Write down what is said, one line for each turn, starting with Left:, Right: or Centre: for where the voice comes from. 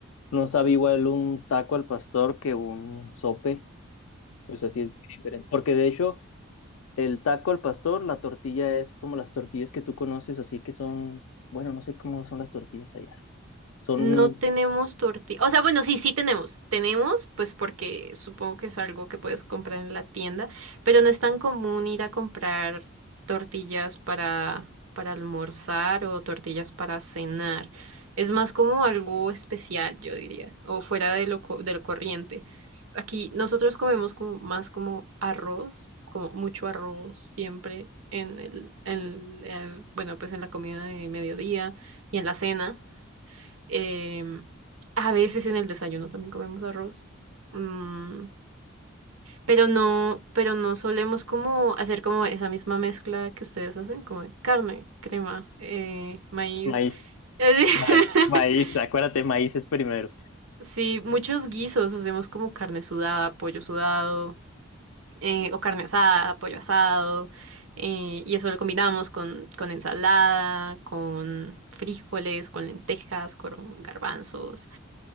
Left: no sabe igual un taco al pastor que un sope, o sea, sí es muy diferente. Porque de hecho, el taco al pastor, la tortilla es como las tortillas que tú conoces, así que son, bueno, no sé cómo son las tortillas allá. Son
Right: No tenemos tortilla. O sea, bueno, sí, sí tenemos. Tenemos, pues porque supongo que es algo que puedes comprar en la tienda, pero no es tan común ir a comprar tortillas para, para almorzar o tortillas para cenar. Es más como algo especial, yo diría, o fuera de lo, co- del corriente. Aquí nosotros comemos como más como arroz, como mucho arroz siempre en el, en el- bueno, pues en la comida de mediodía y en la cena. Em, a veces en el desayuno también comemos arroz. Mm, pero no, pero no solemos como hacer como esa misma mezcla que ustedes hacen, como de carne, crema, eh, maíz.
Left: maíz.
Right: <laughs>
Left: Ma- Maíz, acuérdate, maíz es primero.
Right: Sí, muchos guisos hacemos como carne sudada, pollo sudado, eh, o carne asada, pollo asado, eh, y eso lo combinamos con, con ensalada, con frijoles, con lentejas, con garbanzos.